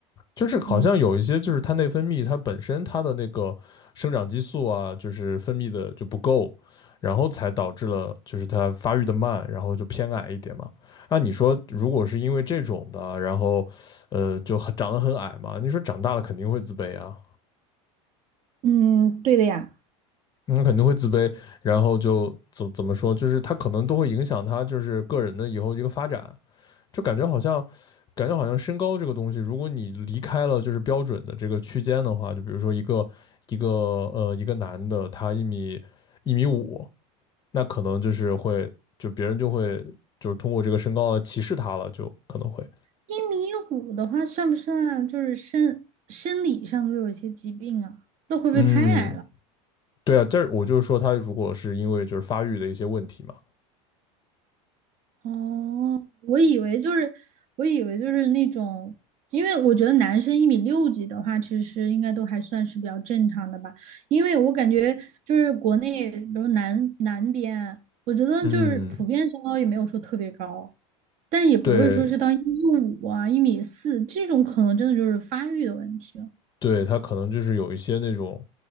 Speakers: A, on the left; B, on the right.
A: 就是好像有一些就是它内分泌它本身它的那个生长激素啊，
B: 嗯
A: 就是分泌的就不够，然后才导致了就是它发育的慢，然后就偏矮一点嘛。那你说，如果是因为这种的，然后呃就很长得很矮嘛，你说长大了肯定会自卑啊，
B: 嗯，对的呀。
A: 那肯定会自卑，然后就怎怎么说，就是他可能都会影响他就是个人的以后一个发展。就感觉好像，感觉好像身高这个东西，如果你离开了就是标准的这个区间的话，就比如说一个一个呃一个男的，他一米一米五，那可能就是会就别人就会就是通过这个身高来歧视他了，就可能会
B: 一米五的话，算不算就是身生理上都有一些疾病啊？那会不会太矮了？
A: 嗯，对啊，但是我就是说他如果是因为就是发育的一些问题嘛，
B: 哦，我以为就是，我以为就是那种，因为我觉得男生一米六几的话，其实应该都还算是比较正常的吧。因为我感觉就是国内，比如南南边，我觉得就是普遍身高也没有说特别高，
A: 嗯，
B: 但是也不会说是到一米五啊、
A: 对
B: 一米四这种，可能真的就是发育的问题了。
A: 对，他可能就是有一些那种。